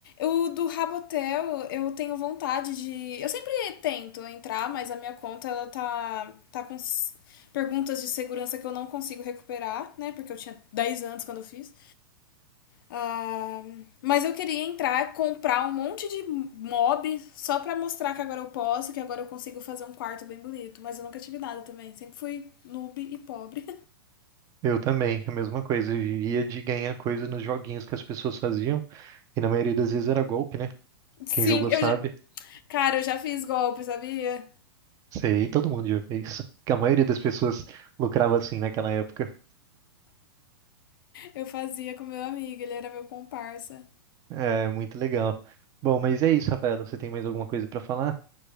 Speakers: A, on the left; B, on the right.
A: O do Rabotel, eu tenho vontade de. Eu sempre tento entrar, mas a minha conta ela tá, tá com s- perguntas de segurança que eu não consigo recuperar, né? Porque eu tinha 10 anos quando eu fiz. Ah, mas eu queria entrar, comprar um monte de mob só pra mostrar que agora eu posso, que agora eu consigo fazer um quarto bem bonito. Mas eu nunca tive nada também. Sempre fui noob e pobre.
B: Eu também, a mesma coisa. Eu vivia de ganhar coisa nos joguinhos que as pessoas faziam. E na maioria das vezes era golpe, né?
A: <laughs> Sim,
B: Quem jogou
A: eu
B: sabe.
A: já... cara, eu já fiz golpe, sabia?
B: Sei, todo mundo já fez. <laughs> Que a maioria das pessoas lucrava assim naquela época.
A: Eu fazia com meu amigo, ele era meu comparsa.
B: É muito legal. Bom, mas é isso, Rafaela. Você tem mais alguma coisa pra falar?